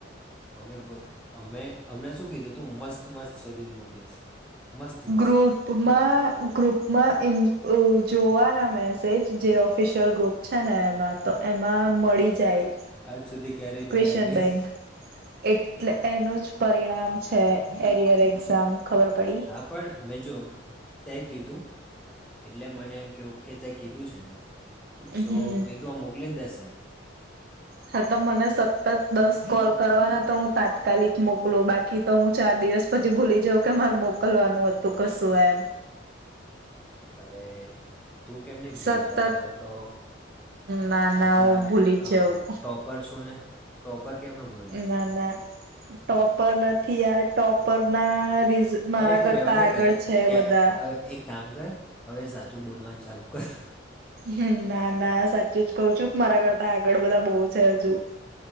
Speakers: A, in the centre; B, on the right (about 50°).
A: અમે અમે અમને શું કીધું તું મસ્ત મસ્ત શોધીને મોકલીશ. મસ્ત મસ્ત
B: ગ્રુપમાં ગ્રુપમાં ઇન અ જોવાના મેસેજ જે ઓફિશિયલ ગ્રુપ છે ને એમાં તો એમાં મળી જાય
A: આજ સુધી ક્યારેય
B: ક્વેશન
A: જોયા જ નહીં
B: બેંક એટલે એનું જ પરિણામ. છે એરિયર એક્ઝામ ખબર પડી.
A: હા પણ મેં જો તે કીધું. એટલે મને એમ કેવું કે તે કીધું છે ને. સો
B: હમ
A: મેક્યું આ મોકલી દેશે.
B: હા તો મને સતત દસ કોલ કરવાના તો હું તાત્કાલિક મોકલો બાકી તો હું ચાર દિવસ પછી ભૂલી જાઉં કે મારે મોકલવાનું હતું કશું એમ.
A: અરે. તું કેમની ભૂલી
B: સતત
A: જ ત્યારે તો
B: ના ના
A: આટલા
B: હું ભૂલી જ
A: અ
B: જાઉં
A: ટોપર છું ને ટોપર કેમનું ભૂલાય.
B: ના ના ટોપર નથી આ ટોપર. ના ર મારા
A: અરે તું
B: કરતા
A: રહેવા દે
B: આગળ
A: કદ
B: છે
A: કે
B: બધા.
A: હવે એક કામ કર હવે સાચું બોલવાનું ચાલુ કર.
B: હમ્મ ના ના સાચું જ કઉ છું મારા કરતા આગળ બધા બહવ છે હજુ.